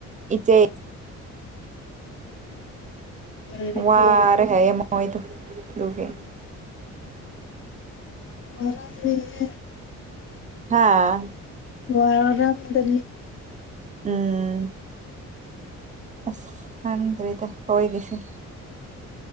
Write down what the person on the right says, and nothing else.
ꯏꯆꯦ
ꯋꯥꯔ ꯍꯥꯏꯌꯦ ꯍꯣꯏꯗ ꯂꯒꯦ
ꯍꯥꯥ
ꯎꯝ ꯑꯁ ꯈꯪꯗ꯭꯭ꯔꯔꯤꯗ ꯑꯣꯏꯣꯏꯒꯤꯁꯤꯦ